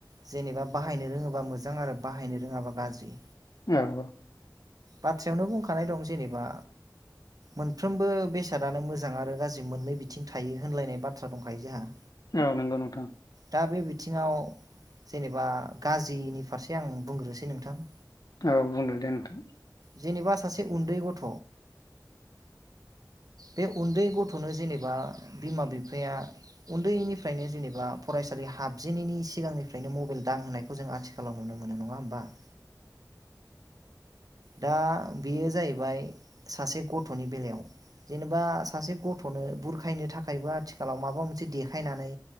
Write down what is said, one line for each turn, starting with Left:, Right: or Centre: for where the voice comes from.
Right: जेनेबा बाहायनो रोङोबा मोजां आरो बाहायनो रोङाबा गाज्रि।
Left: औ औ
Right: बाथ्रायावनो बुंखानाय दं जेनेबा मोनफ्रोमबो बेसादानो मोजां आरो गाज्रि मोननै बिथिं थायो होनलायनाय बाथ्रा दंखायो जोंहा।
Left: औ नंगौ नोंथां।
Right: दा बे बिथिङाव जेनेबा गाज्रिनि फारसे आं बुंग्रोसै नोंथां।
Left: औ बुंदो दे नोंथां।
Right: जेनेबा सासे उन्दै गथ बे उन्दै गथनो जेनेबा बिमा बिफाया उन्दैनिफ्रायनो जेनेबा फरायसालि हाबजेनैनि सिगांनिफ्रायनो मबाइल दां होनायखौ जों आथिखालाव नुनो मोनो नङा होमबा? <inaudible> दा बेयो जाहैबाय सासे गथनि बेलायाव जेनेबा सासे गथनो बुरखायनो थाखायबो आथिखालाव माबा मोनसे देखायनानै।